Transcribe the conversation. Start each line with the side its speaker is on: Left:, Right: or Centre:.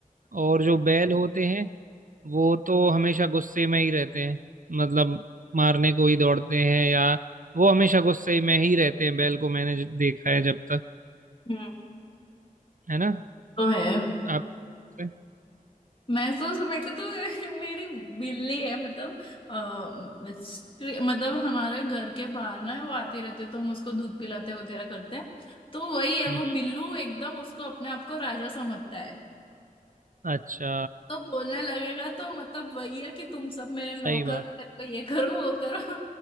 Right: और जो बैल होते हैं वो तो हमेशा गुस्से में ही रहते हैं मतलब मारने को ही दौड़ते हैं या वो हमेशा गुस्से में ही रहते हैं बैल को मैंने ज- देखा है जब तक
Left: हम्म,
Right: है ना
Left: तो है
Right: आप हम्म
Left: मैं तो मेरे को तो <laughs> मेरी बिल्ली है मतलब अ, स्ट्री- मतलब हमारे घर के बाहर ना है वो आती रहती है तो हम उसको दूध पिलाते वगैरह करते हैं तो वही है
Right: हम्म।
Left: वो बिल्लू एकदम उसको अपने आप को राजा समझता है
Right: अच्छा
Left: तो बोलने लगेगा तो मतलब वही है कि तुम सब मेरे नौकर
Right: सही बात
Left: मेरे को ये करो वो करो <laughs>